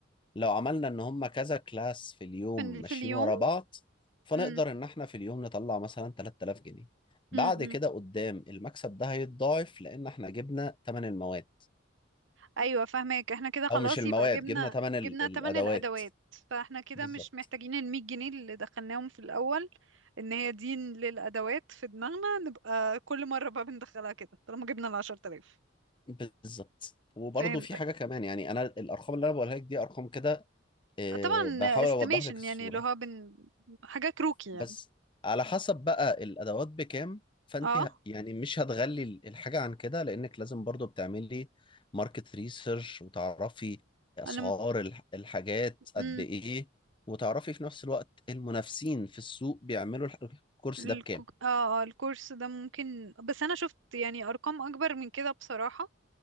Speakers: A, on the left; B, on the right.
A: لو عملنا ان هم كذا كلاس في اليوم
B: في, ال-
A: ماشيين
B: في اليوم
A: ورا بعض فنقدر
B: مم.
A: ان احنا في اليوم نطلع مثلا 3000 جنيه بعد
B: مم. مم.
A: كده قدام المكسب ده هيتضاعف لان احنا جبنا ثمن المواد
B: ايوه فاهمك احنا كده خلاص
A: او مش المواد
B: يبقى جبنا
A: جبنا ثمن
B: جبنا
A: الادوات
B: تمن الادوات فاحنا كده
A: بالظبط
B: مش محتاجين ال 100 جنيه اللي دخلناهم في الاول ان هي دي للادوات في دماغنا نبقى كل مره بقى بندخلها كده طالما جبنا ال 10000
A: بالظبط وبرضه
B: فهمت
A: في حاجة كمان يعني أنا الأرقام اللي أنا بقولها لك دي أرقام كده آه،
B: طبعا
A: بحاول
B: استيميشن
A: أوضح لك الصورة
B: يعني اللي هو بن... حاجة كروكي يعني
A: بس على حسب بقى الأدوات بكام فأنت
B: اه
A: ه- يعني مش هتغلي ال- الحاجة عن كده لأنك لازم برضه بتعملي ماركت ريسيرش وتعرفي أسعار
B: انا م...
A: الح- الحاجات
B: مم.
A: قد إيه وتعرفي في نفس الوقت المنافسين في السوق بيعملوا الح- الكورس
B: الكو...
A: ده بكام
B: اه آه، الكورس ده ممكن بس انا شفت يعني ارقام اكبر من كده بصراحة